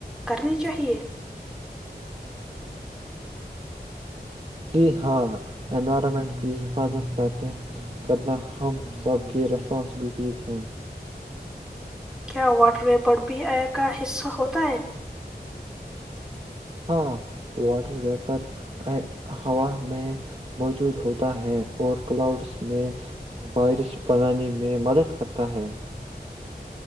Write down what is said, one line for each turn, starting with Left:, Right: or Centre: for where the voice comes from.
Centre: کرنی چاہیے
Right: جی ہاں انوائرمنٹ کی حفاظت کہتے ہیں کرنا ہم سب کی ریسپانسبلٹیز ہیں
Centre: کیا واٹر و پرر بھی ایئر کا حصہ ہوتا ہے
Right: ہاں واٹر ویپر ہوا میں موجود ہوتا ہے اور کلاؤڈس میں بارش بنانے میں مدد کرتا ہے